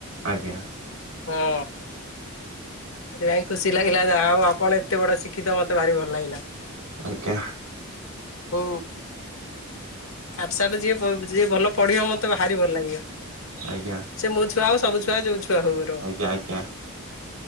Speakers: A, on the right; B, on the left.
A: ଆଜ୍ଞା
B: ହଁ। ସେଥିପାଇଁ ଖୁସି ଲାଗିଲା ଆଉ ଆପଣ ଏତେ ବଡ ଶି୍ଖିତ ମତେ ଭାରି ଭଲ ଲାଗିଲା।
A: ଆଜ୍ଞା।
B: ଓ ପାଠ ସାଟ ଯିଏ ପ ଯିଏ ଭଲ ପଢିବ ମତେ ଭାରି ଭଲ ଲାଗିବ।
A: ଆଜ୍ଞା
B: ସେ ମୋ ଛୁଆ ହଉ ସବୁ ଛୁଆ ଯୋଉ ଛୁଆ ହଉ ବରଂ।
A: ଆଜ୍ଞା ଆଜ୍ଞା